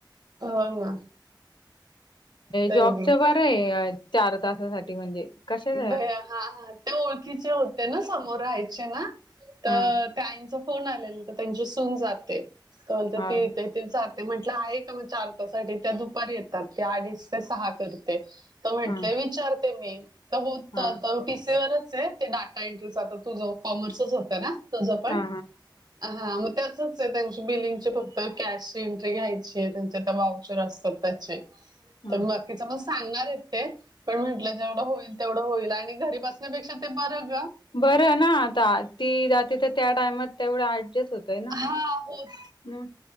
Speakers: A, on the right (about 55°); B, on the left (about 75°).
A: हो, ना ते
B: जॉब च बरं आहे, चार तासासाठी म्हणजे, कशाच
A: भ, हा ते ओळखीचे होते ना, समोर राहायचे ना, तर
B: हा
A: त्या आईचा फोन आलेला, तर त्यांची सून जाते, तर म्हणते
B: हा
A: ती ते जाते म्हटलं आहे का, मग चार तास साठी त्या दुपार येतात, ते अडीच ते सहा करते. तर म्हंटलेय
B: हा हा
A: विचारते मी, तर होत
B: हा
A: पिसीवरच आहे. ते, डाटा एंट्रीचा, तो तुझ कॉमर्सच होत ना, तुझ पण
B: हा
A: हा मग त्या त्यांची, बिलिंगचे फक्त कॅशची एंट्री घ्यायची, त्यांचे ते वाउचर असतात त्याचे, तर
B: हा
A: बाकी च मग सांगणार आहेत ते, पण म्हंटलं जेवढं होईल, तेवढं होईल, आणि घरी बसण्यापेक्षा ते, बरं ग
B: बरं ना आता, ती जाते तर, त्या टाइमात तेवढं, तेच होतय, ना
A: हा, होत
B: म